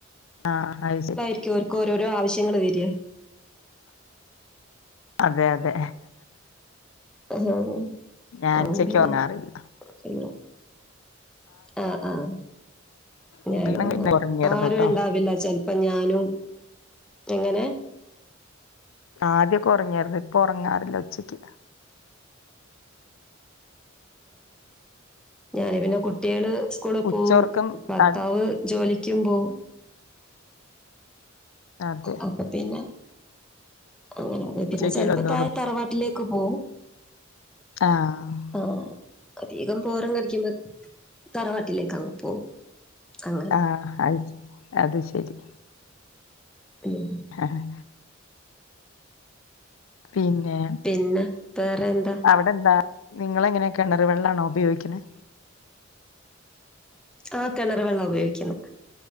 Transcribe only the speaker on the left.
ആഹ് അയ്ശരി.
അതെ അതെ
ഞാൻ
ഉച്ചക്ക്
ഒറങ്ങാറില്ല
ആഹ് ഒറങ്ങിയാരുന്നുട്ടോ
ആദ്യൊക്കെ ഉറങ്ങിയായിരുന്നു ഇപ്പൊ ഉറങ്ങാറില്ല ഉച്ചയ്ക്ക്.
ഉച്ചോർക്കം
ത
അതെ-
ഉച്ചക്ക്
കടന്നുറങ്ങും
ആഹ്
ആഹ് അ അത്ശരി.
ആഹ്- പിന്നെ
അവിടെന്താ നിങ്ങള് എങ്ങനെയാ കിണർ വെള്ളാണോ ഉപയോഗിക്കുന്നത്?